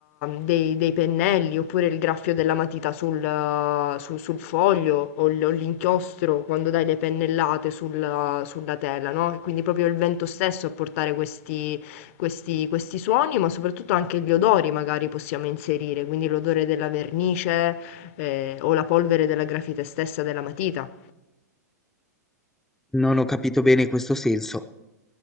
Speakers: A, on the left; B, in the centre.
A: dei dei pennelli, oppure il graffio della matita sul su sul foglio o l o l'inchiostro quando dai le pennellate sul sulla tela, no, e quindi proprio il vento stesso a portare questi questi questi suoni, ma soprattutto anche gli odori magari possiamo inserire, quindi l'odore della vernice, eh, o la polvere della grafite stessa della matita.
B: Non ho capito bene questo senso.